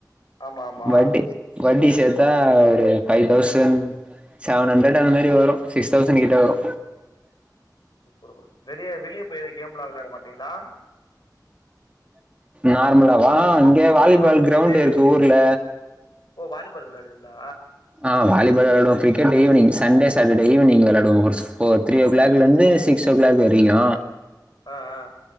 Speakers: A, on the left; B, on the right.
A: ஆமா ஆமா
B: வட்டி வட்டி சேத்தா ஒரு ஃபைவ் தௌசண்ட் செவன் ஹண்ட்ரட் அந்த மாரி வரு சிக்ஸ் தௌசண்ட் கிட்ட வரு
A: சூப்பர் ப்ரோ வெளிய வெளிய போய் ஏதா கேம்லா விளாட மாட்டீங்களா
B: நார்மலாவா இங்க வாலிபால்
A: ஆ
B: கிரௌண்ட்
A: சண்டே
B: இருக்கு
A: டைம்ல
B: ஊர்ல
A: ஓ வாலிபால் விளாடுவீங்கலா
B: ஆ வாலிபால் விளாடுவோ cricket evening Sunday Saturday evening விளாடுவோ ஒரு ஃபோ த்ரீ ஓ கிளாக்ல இருந்து சிக்ஸ் ஓ கிளாக் வரைக்கு
A: ஆ ஆ